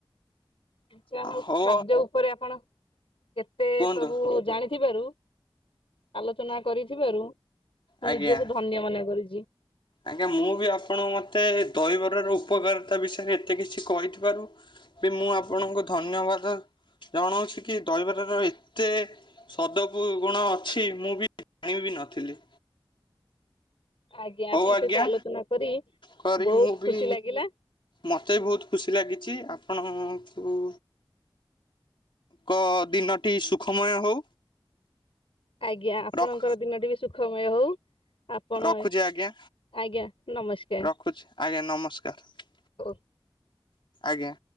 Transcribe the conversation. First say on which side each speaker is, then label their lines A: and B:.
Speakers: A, on the left; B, on the left.
A: ଆଛା ହୋଉ
B: ହଉ
A: ଖାଦ୍ୟ ଉପରେ ଆପଣ କେତେ
B: କୁହନ୍ତୁ
A: ସବୁ ଜାଣିଥିବାରୁ ଆଲୋଚନା କରିଥିବାରୁ ମୁଁ
B: ଆଜ୍ଞା।
A: ନିଜକୁ ଧନ୍ୟ ମନେ କରିଚି।
B: ଆଜ୍ଞା ମୁଁ ବି ଆପଣଙ୍କ ମ ଏତେ ଦହିବରାର ଉପକାରିତା ବିଷୟରେ ଏତେ କିଛି କହିଥିବାରୁ ବି ମୁଁ ଆପଣଙ୍କ ଧନ୍ ଧନ୍ୟବାଦ ଜଣାଉଛି କି ଦହିବାର ର ଏତେ ସଦପୁ ଗୁଣ ଅଛି ମୁଁ ବି ଜାଣିବି ନଥିଲି।
A: ଆଜ୍ଞା
B: ହଉ
A: ଆପଣଙ୍କ
B: ଆଜ୍ଞା
A: ସହିତ ଆଲୋଚନା କରି
B: କରି
A: ବହୁତ
B: ମୁଁ ବି
A: ଖୁସି ଲାଗିଲା।
B: ମତେ ବି ବହୁତ ଖୁସି ଲାଗିଛି ଆପଣଙ୍କୁ। କ ଦିନଟି ସୁଖମୟ ହଉ।
A: ଆଜ୍ଞା ଆପଣଙ୍କର
B: ରଖ
A: ଦିନଟି ବି ସୁଖମୟ ହଉ ଆପଣ
B: ରଖୁଛି ଆଜ୍ଞା
A: ଆଜ୍ଞା। ନମସ୍କାର।
B: ରଖୁଛି ଆଜ୍ଞା ନମସ୍କାର
A: ଓ
B: ଆଜ୍ଞା।